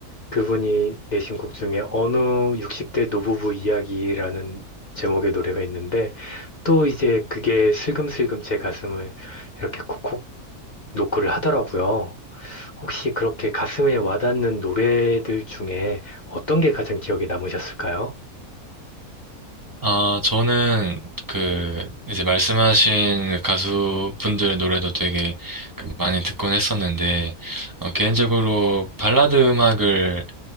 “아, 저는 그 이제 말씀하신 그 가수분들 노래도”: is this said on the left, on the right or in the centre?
Right